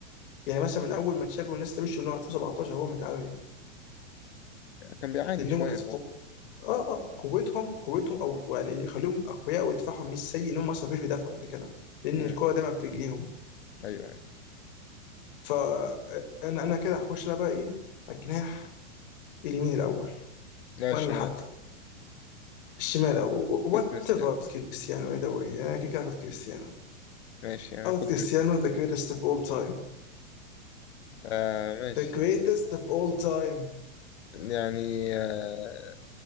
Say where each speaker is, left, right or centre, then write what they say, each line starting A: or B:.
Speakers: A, on the left; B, on the left.
A: يعني مثلا من اول ما تشافي والناس تمشي من هو 2017 هو متعري
B: كان بيعاني
A: لان
B: شوية
A: هو كانت قو...
B: فعلا
A: اه اه قوتهم قوتهم او يعني اللي يخليهم اقوياء ودفاعهم مش سيء ان هم اصلا مش بيدافعوا قد كده لان
B: مم.
A: الكوره دايما في رجليهم
B: ايوه ايوه
A: فانا انا أنا كده هخش انا بقى ايه على الجناح اليمين الاول
B: لا
A: وانا
B: الشمال
A: اللي هبدا الشمال او وات
B: خد كريستيانو
A: ايفر كريستيانو اي ذا واي انا كده كده هاخد كريستيانو
B: ماشي يعني
A: اخد
B: خد
A: كريستيانو
B: كريستيانو
A: ذا جريتست اوف اول تايم
B: آه ماشي
A: ذا جريتست اوف اول تايم
B: يعني آه